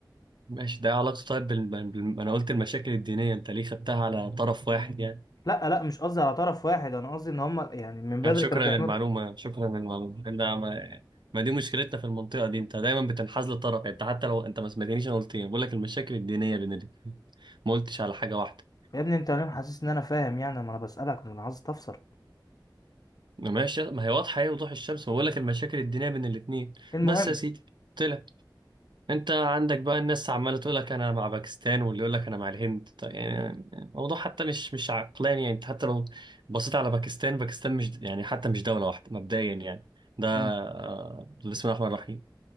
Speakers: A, on the right; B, on the left.
A: ماشي ده ايه علاقته طيب بال... بال... بال- انا قلت المشاكل الدينية انت ليه خدتها على طرف واحد يعني
B: لا لا مش قصدي على طرف واحد انا قصدي ان هم يعني من بدري
A: يعني شكرا
B: كانوا بيعملوها
A: للمعلومة شكرا للمعلومة لا ما... ما دي مشكلتنا في المنطقة دي انت دايما بتنحاز لطرف يعني انت حتى لو انت ما سمعتنيش انا قلت ايه بقول لك المشاكل الدينية بين الاتنين ما قلتش على حاجة واحدة
B: يا ابني انت ليه حاسس ان انا فاهم يعني ما انا بسألك ما انا عايز تفسر
A: ماشي ما هي واضحة ايه وضوح الشمس ما بقول لك المشاكل الدينية بين الاتنين
B: المهم
A: بس يا سيدي طلع انت عندك بقى الناس عمالة تقول لك انا مع باكستان واللي يقول لك انا مع الهند طيب يعني الموضوع حتى مش مش عقلاني يعني انت حتى لو بصيت على باكستان باكستان مش يعني حتى مش دولة واحدة مبدئيا يعني ده
B: مم.
A: آه، بسم الله الرحمن الرحيم